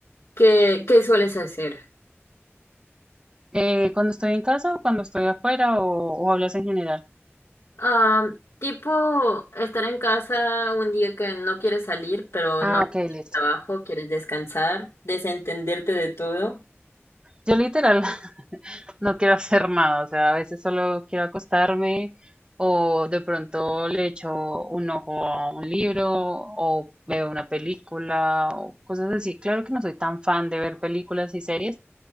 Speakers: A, on the left (about 85°); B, on the right (about 20°).
A: ¿Qué, qué sueles hacer?
B: Eh, cuando estoy en casa o cuando estoy afuera o, o hablas en general.
A: Ah, tipo estar en casa un día que no quieres salir, pero no
B: Ah,
A: tienes
B: ok, listo.
A: trabajo, quieres descansar, desentenderte de todo.
B: Yo literal no quiero hacer nada, o sea, a veces solo quiero acostarme o de pronto le echo un ojo a un libro o veo una película o cosas así. Claro que no soy tan fan de ver películas y series,